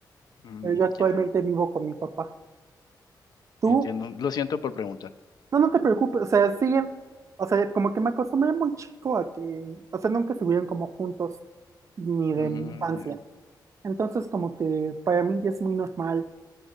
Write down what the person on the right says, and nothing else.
Pero yo actualmente
vivo con mi papá. Tú,
no, no te preocupes, o sea, siguen, o sea, como que me acostumbré muy chico a que, o sea, nunca estuvieron como juntos, ni de
mi infancia.
Entonces, como que para mí ya es muy normal